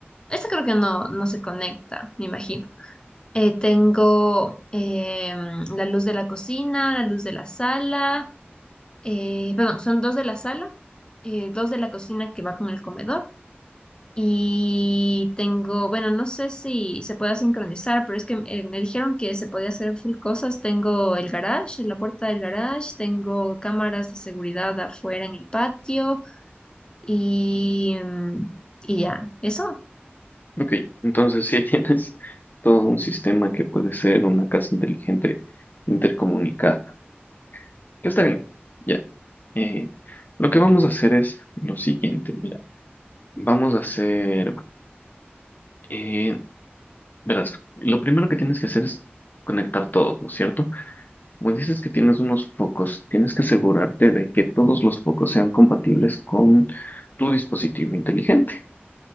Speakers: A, on the left; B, on the left.
A: Este creo que no, no se conecta, me imagino. Eh, tengo em, la luz de la cocina, la luz de la sala, eh, perdón, son dos de la sala, eh, dos de la cocina que va con el comedor. Y tengo, bueno, no sé si se pueda sincronizar, pero es que eh, me dijeron que se podía hacer full cosas. Tengo el garage, la puerta del garage, tengo cámaras de seguridad afuera en el patio y, em, y ya, eso.
B: ok. Entonces, sí <laughs> tienes todo un sistema que puede ser una casa inteligente intercomunicada. Que está bien. Ya. Eh, lo que vamos a hacer es lo siguiente, mira, vamos a hacer, eh, verás, lo primero que tienes que hacer es conectar todos, ¿no es cierto? Como dices que tienes unos focos, tienes que asegurarte de que todos los focos sean compatibles con tu dispositivo inteligente.